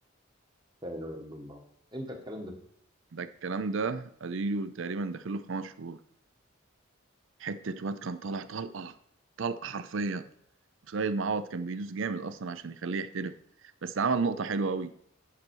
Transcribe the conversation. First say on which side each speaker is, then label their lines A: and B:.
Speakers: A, on the right; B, on the right.
A: لا إله إلا الله امتى الكلام ده؟
B: ده الكلام ده اديله تقريبا داخله في خمس شهور حتة واد كان طالع طلقة طلقة حرفيا وسيد معوض كان بيدوس جامد اصلا عشان يخليه يحترف بس عمل نقطة حلوة قوي